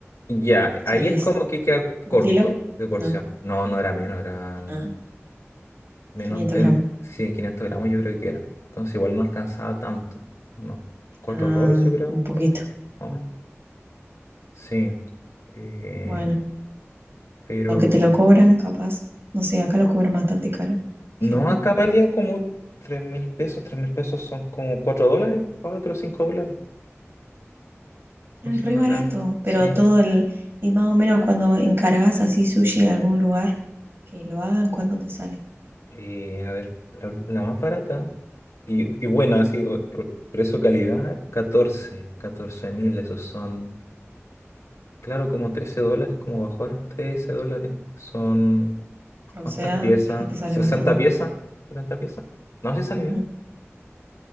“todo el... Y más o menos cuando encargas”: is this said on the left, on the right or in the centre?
Right